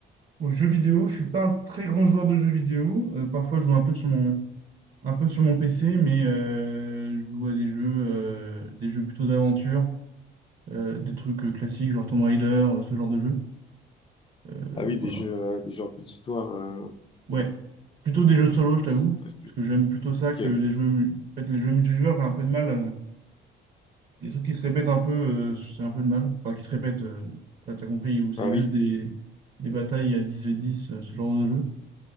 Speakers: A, on the right (about 45°); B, on the left (about 25°).
A: aux jeux vidéo, je suis pas un très grand joueur de jeux vidéo. Euh, parfois, je joue un peu sur mon, un peu sur mon PC, mais euh, je joue à des jeux, euh, des jeux plutôt d'aventure, euh, des trucs euh, classiques, genre Tomb Raider, euh, ce genre de jeu. Euh,
B: Ah oui,
A: voilà.
B: des jeux, euh, des jeux un peu d'histoire, euh,
A: Ouais. Plutôt des jeux solo, je t'avoue,
B: ah, ça t'intéresse plus.
A: parce que j'aime plutôt ça
B: Ok,
A: que les jeux, mu- en fait, les jeux multijoueurs, j'ai un peu de mal. euh, les trucs qui se répètent un peu, euh, j'ai un peu de mal. Enfin, qui se répètent, euh, bah, t'as compris, où c'est
B: enfin
A: juste
B: oui,
A: des, des batailles à 10 et 10, euh, ce genre de jeu.